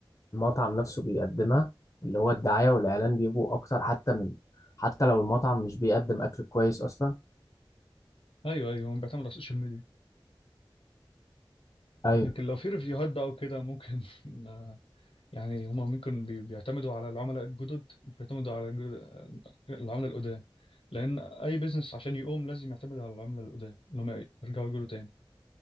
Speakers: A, on the left (about 35°); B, on the left (about 85°).
A: المطعم نفسه بيقدمها اللي هو الدعاية والاعلان بيبقوا اكتر حتى من حتى لو المطعم مش بيقدم اكل كويس اصلا
B: ايوه ايوه هم بيعتمدوا على السوشيال ميديا
A: ايوه
B: لكن لو في ريفيوهات بقى وكده ممكن <laughs> يعني هما ممكن بي- بيعتمدوا على العملاء الجدد مش بيعتمدوا على الجدد- العملاء القدام لأن أي بيزنس عشان يقوم لازم يعتمد على العملاء القدام اللي هما يرجعوا يقولوا تاني